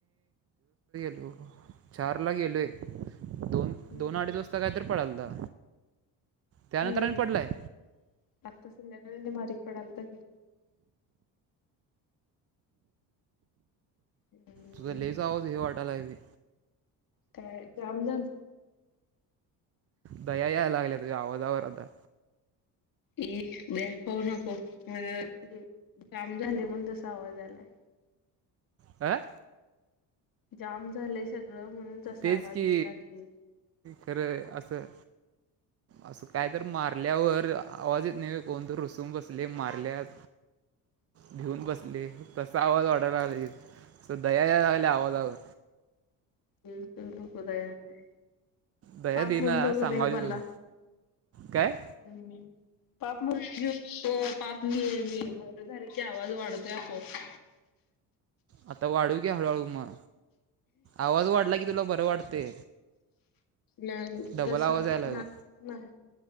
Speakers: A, on the right; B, on the left.
A: हॅलो चारला गेलो आहे दोन
B: हम्म.
A: दोन अडीच वाजता कायतरी पडालता. त्यानंतर
B: हम्म.
A: आणि पडलाय
B: संध्याकाळीने बारीक पडायलाता की हम्म
A: तुझ लियच आवाजं हे, वाटायलायी.
B: काय जाम झालं
A: दया यायला लागल्या, तुझ्या आवाजावर आता.
B: इ शिव्या खाऊ नको. म्ह जाम झाले म्हण तसा आवाज यालाय.
A: काय,
B: जाम झालंय सगळं. म्हणून तसा
A: तेच
B: आवाज
A: कि
B: येत आहे.
A: खरं असं. असं काय तर मारल्यावर आवाज येत नाही, कोणत रुसून बसले मारल्यात, घेऊन बसले कसा आवाज वाटत. लाली स दया या लागल्या आवाजावर.
B: येऊन देऊ नको दया काय,
A: दया
B: पाप
A: देना
B: म्हणून नको
A: सांगाली
B: रे मला,
A: तुला काय
B: हम्म पाप म्हणजे, पाप नाही आहे मी आहे, मी बर झाले की आवाज वाढवतोय आपोआप.
A: आता वाढू घ्या हळूहळू मग, आवाज वाढला की तुला बर वाटते.
B: नाही
A: डबल
B: कसा
A: आवाज यायला
B: ना
A: लागला.
B: नाही,